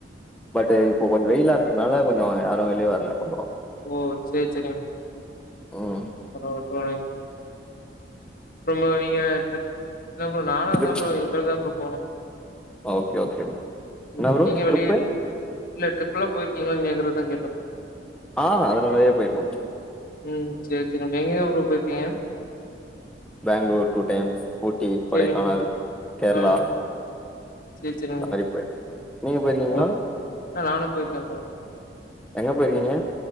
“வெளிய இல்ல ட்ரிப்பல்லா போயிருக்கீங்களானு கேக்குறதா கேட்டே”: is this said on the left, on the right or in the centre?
Left